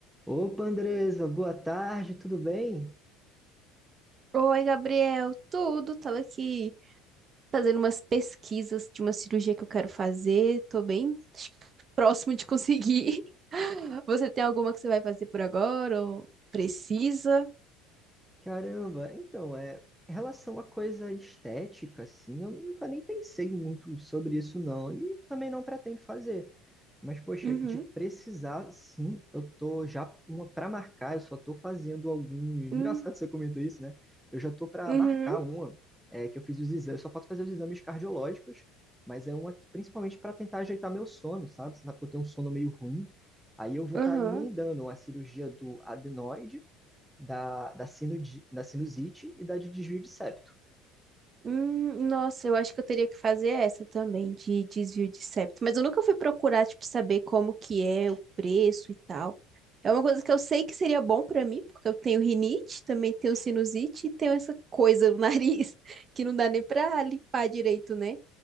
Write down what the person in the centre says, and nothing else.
Opa, Andresa, boa tarde, tudo bem?
Caramba, então, é, em relação à coisa estética, assim, eu nunca nem pensei muito sobre isso, não, e também não pretendo fazer. Mas, poxa,
de precisar, sim, eu tô já uma para marcar, eu só tô fazendo alguns. Engraçado
você comentou isso, né? Eu já tô para
marcar uma, é, que eu fiz os exames, só falta fazer os exames cardiológicos, mas é uma que principalmente para tentar ajeitar meu sono, sabe? Você sabe que eu tenho um sono meio ruim. Aí eu vou
estar emendando a cirurgia do adenoide, da, da, sinudi- da sinusite e da de desvio de septo.